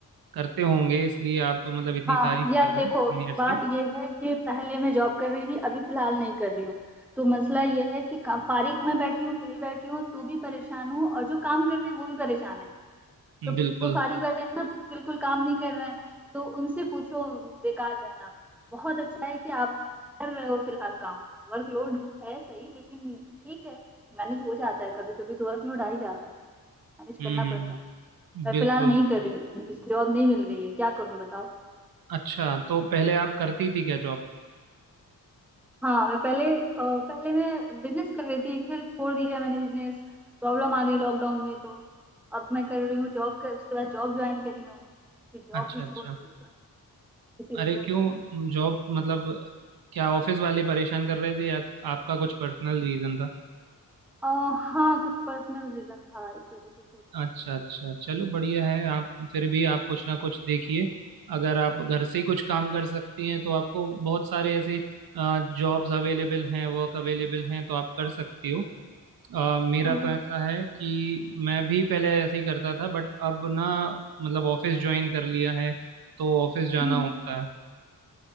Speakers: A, on the right; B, in the centre.
A: करते होंगे इसलिए आप मतलब इतनी
B: हाँ
A: तारीफ
B: यार
A: कर रहे
B: देखो
A: हैं सीनियर्स
B: बात
A: की
B: ये है कि पहले मैं जॉब कर रही थी अभी फिलहाल नहीं कर रही हूँ तो मसला ये है कि का- फारिग में बैठी हूँ फ्री बैठी हूँ तो भी परेशान हूँ और जो काम कर रही है वो भी परेशान है तो
A: बिल्कुल
B: जो फारिग बैठे हैं ना बिल्कुल काम नहीं कर रहे हैं तो उनसे पूछो बेकार रहना बहुत अच्छा है कि आप कर रहे हो फिलहाल काम वर्कलोड है सही लेकिन ठीक है मैनेज हो जाता है कभी कभी तो वर्कलोड आ ही जाता है मैनेज करना
A: हम्म
B: पड़ता है मैं
A: बिल्कुल
B: फिलहाल नहीं कर रही हूँ जॉब नहीं मिल रही है क्या करूँ बताओ
A: अच्छा तो पहले आप करती थी क्या जॉब
B: हाँ मैं पहले अ, पहले मैं बिजनेस कर रही थी फिर छोड़ दिया मैंने बिजनेस प्रॉब्लम आ गई लॉकडाउन में तो अब मैं कर रही हूँ जॉब कर उसके बाद जॉब ज्वाइन करी मैंने फिर जॉब
A: अच्छा
B: भी छोड़
A: अच्छा
B: दी किसी
A: अरे
B: रीजन
A: क्यों
B: से
A: जॉब मतलब क्या ऑफिस वाले परेशान कर रहे थे या आपका कुछ पर्सनल रीजन था
B: अ, हाँ कुछ पर्सनल रीजन था इस वजह से छोड़ना
A: अच्छा अच्छा चलो बढ़िया है आप फिर भी आप कुछ ना कुछ देखिए अगर आप घर से ही कुछ काम कर सकती हैं तो आपको बहुत सारे ऐसे जॉब्स अवेलेबल हैं वर्क अवेलेबल हैं तो आप कर सकती हो अ, मेरा
B: हाँ
A: तो
B: हाँ,
A: ऐसा है कि मैं भी पहले ऐसे ही करता था बट अब ना मतलब ऑफिस ज्वाइन कर लिया है तो ऑफिस जाना
B: हम्म
A: होता है